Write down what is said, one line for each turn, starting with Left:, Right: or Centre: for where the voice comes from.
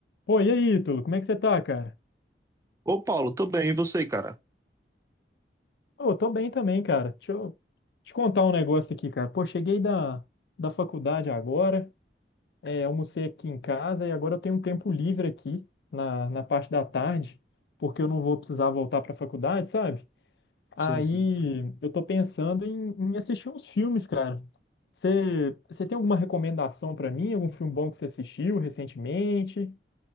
Left: Pô, e aí, Ítalo, como é que você tá, cara?
Right: Ô, Paulo, tô bem, e você, cara?
Left: Ô, tô bem também, cara. Deixa eu te contar um negócio aqui, cara. Pô, cheguei da, da faculdade agora, é, almocei aqui em casa e agora eu tenho um tempo livre aqui na, na parte da tarde, porque eu não vou precisar voltar pra faculdade, sabe? Aí
Right: Sim, sim.
Left: eu tô pensando em, em assistir uns filmes, cara. Você você tem alguma recomendação pra mim? Algum filme bom que você assistiu recentemente?